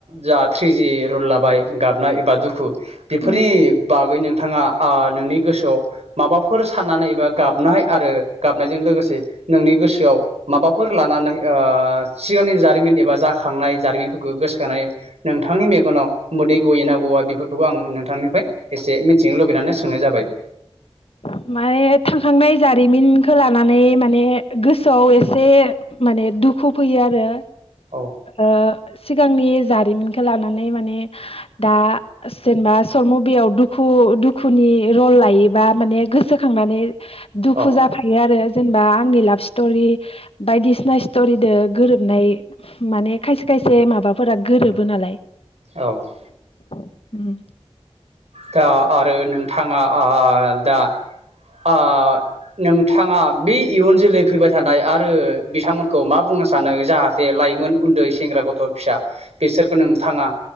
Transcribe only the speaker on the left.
उम
माने थांखांनाय जारिमिनखौ लानानै माने गोसोआव एसे माने दुखु फैयो आरो
ओ सिगांनि जारिमिनखौ लानानै माने दा जेनेबा सर्ट मुभियाव दुखु दुखुनि रल लायोबा माने गोसोखांनानै दुखु
जाफायो आरो । जेनेबा आंनि लाभ स्ट'रि बायदिसिना स्टरिद गोरोबनाय माने खायसे खाय से माबाफोरा गोरोबो नालाय
उम्म ।